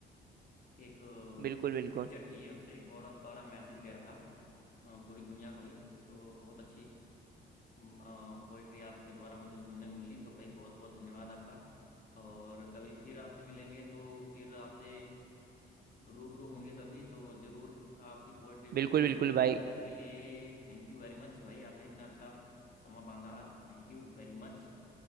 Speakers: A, on the left; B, on the right.
A: एक
B: बिल्कुल बिल्कुल
A: पिक्चर थी ये उससे एक बड़ा बड़ा मैसेज गया था अ, पूरी दुनिया को ही तो बहुत अच्छी पोएट्री आपके द्वारा मुझे सुनने को मिली तो भाई बहुत बहुत धन्यवाद आपका और कभी फिर आपसे मिलेंगे तो फिर आपसे रूबरू होंगे कभी तो ज़रूर आपकी पोएट्री को
B: बिल्कुल
A: फिर से
B: बिल्कुल
A: सुनेंगे
B: भाई
A: तब तक के लिए थैंक यू वेरी मच भाई आपने इतना अच्छा समा बांधा आज थैंक यू वेरी मच